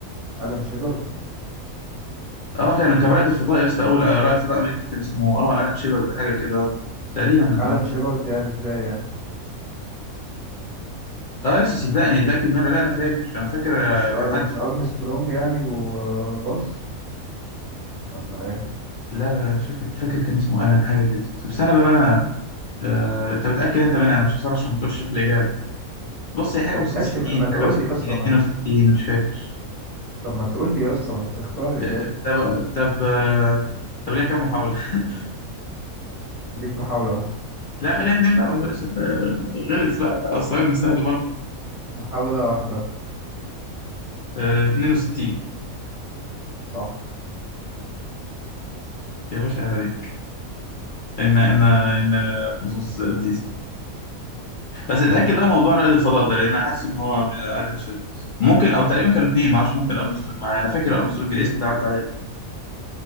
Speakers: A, on the right; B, on the left.
A: الان شيبرد
B: اه كان كان رائد الفضاء يا اسطى اول آه، رائد فضاء امريكي كان اسمه اه الان شيبرد ده، حاجه كده آه، تقريبا
A: الان
B: اه
A: شيبرد يعني ازاي يعني
B: اه لسه صدقني اتاكد منها لا انا فاكر انا فاكر
A: مش
B: آه، كان
A: آه
B: حد
A: مش ارمسترونج يعني وباز ولا ايه
B: لا لا لا، مش فاكر مش فاكر كان اسمه الان حاجه كده طب استنى بقى انا آه، انت متاكد انت منها انا مش هصرش عشان ما تقولش في الاجابه بص هي حاجه
A: طب
B: و60
A: ماشي ما ما
B: حاجه
A: تقول
B: و60
A: لي يا اسطى
B: 62
A: ما انت-
B: مش فاكر
A: طب ما تقول لي يا اسطى ما تختار الاجابه
B: آه، طب طب آه، طب ليها كام محاولة؟ <laughs>
A: ليك محاوله واحده
B: لا خليها اتنين بقى ولا بس- آه، غلس بقى الصعيد من سهل برضه
A: محاوله واحده
B: آه، 62
A: صح
B: يا باشا عيب عليك ان ان ان حظوظ لذيذة بس
A: جامد
B: اتأكد بقى موضوع رائد الفضاء ده لان انا حاسس ان هو من الن شيبرد ممكن او تقريبا كانوا اتنين معرفش ممكن ارمسترونج معايا انا فاكر ارمسترونج الاسم ده عدى عليا برضه ف-